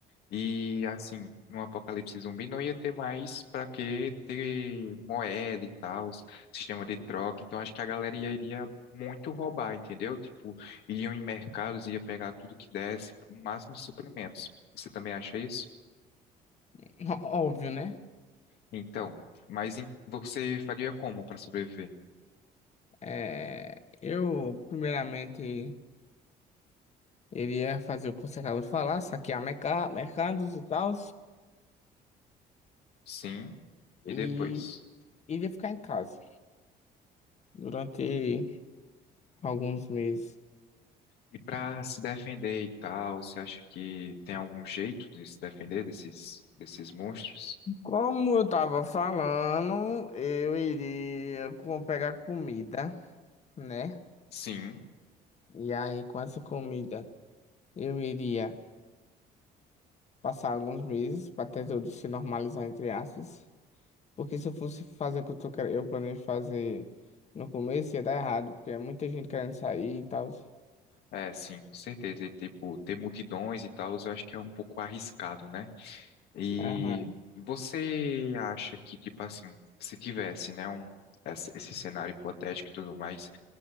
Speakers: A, on the left; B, on the left.
A: E assim, no apocalipse zumbi não ia ter mais para que ter moeda e tal, sistema de troca. Então acho que a galera ia- iria muito roubar, entendeu? Tipo, iriam em mercados, ia pegar tudo que desse, o máximo de suprimentos. Você também acha isso?
B: <laughs> Ó- Óbvio, né?
A: Então, mas em- você faria como para sobreviver?
B: É, eu, primeiramente, iria fazer o que você acabou de falar, saquear merca- mercados e tal,
A: Sim, e
B: e
A: depois?
B: iria ficar em casa durante alguns meses.
A: E para se defender e tal, você acha que tem algum jeito de se defender desses, desses monstros?
B: Como eu tava falando, eu iria com- pegar comida, né?
A: Sim.
B: E aí, com essa comida, eu iria passar alguns meses para até tudo se normalizar, entre aspas. Porque se eu fosse fazer o que eu, tô, quer- eu planejo fazer no começo, ia dar errado, porque é muita gente querendo sair e tal.
A: É, sim, com certeza. E, tipo, ter multidões e tal, eu acho que é um pouco arriscado, né? E
B: Aham.
A: você acha que, tipo assim, se tivesse, né, um, esse, esse cenário hipotético e tudo mais,